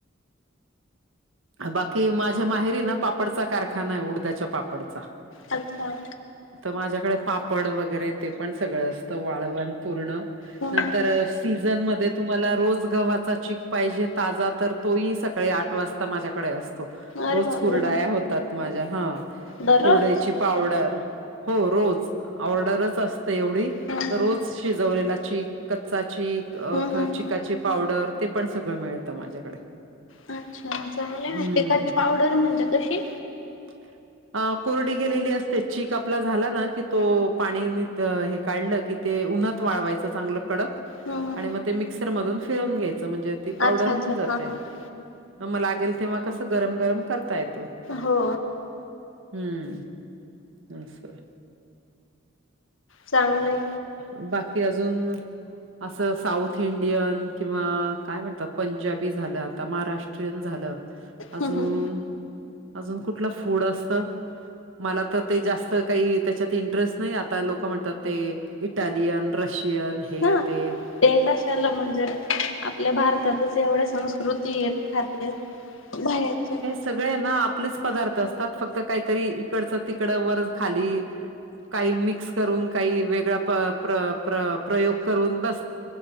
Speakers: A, on the right (about 80°); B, on the left (about 85°).
A: बाकी माझ्या माहेरी ना पापडचा कारखाना आहे उडद्याच्या पापडचा.
B: अच्छा.
A: तर माझ्याकडे पापड वगैरे ते पण सगळं असतं वाळवण पूर्ण
B: हम्म
A: नंतर सीझन मध्ये तुम्हाला रोज गव्हाच्या चीक पाहिजे ताजा तर तोही सकाळी आठ वाजता माझ्याकडे असतो
B: अरे
A: रोज
B: बापरे
A: कुरडाया माझ्या हा
B: दररोज
A: कुरडईची पावडरच हो रोज ऑर्डरच अस एवढी
B: हम्म
A: तर रोज शिजवलेला चीक, कच्चा चीक,
B: हम्म हम्म
A: चिकाची पावडर पावडर ते पण सगळं मिळतं माझ्याकडे.
B: अच्छा चांगलं ना
A: हम्म
B: चिकाची पावडर म्हणते कशी?
A: <inaudible> अ कोरडी केेलेली असते चीक आपला झाला ना की तो पाणीनी हे काढलं की ते उन्हात वाळवायचं चांगलं कडक
B: हम्म
A: आणि मग ते मिक्सर मधून फिरून घ्यायचं म्हणजे ती पावडर
B: अच्छा अच्छा
A: होऊन जाते
B: हा हा
A: मग लागेल तेव्हा कसं गरम गरम करता येतो.
B: हो.
A: हम्म अस.
B: चांगलंय
A: अ बाकी अजून असं साऊथ इंडियन किंवा काय म्हणतात पंजाबी झालं, आता महाराष्ट्रीयन झालं. अजून
B: हम्म हम्म
A: अजून कुठलं फूड असत? मला तर ते जास्त काही त्याच्यात इंटरेस्ट नाही आता लोक म्हणतात ते इटालियन, रशियन हे
B: हा
A: ते.
B: ते कशाला म्हणजे आपल्या भारतातच एवढे संस्क कृती खाद्य बाहेरचे
A: सगळ्यांना आपलेच पदार्थ असतात फक्त काहीतरी तिकडच तिकड वर खाली काही मिक्स करून काही वेगळा प्र प्र प्रयोग करून बस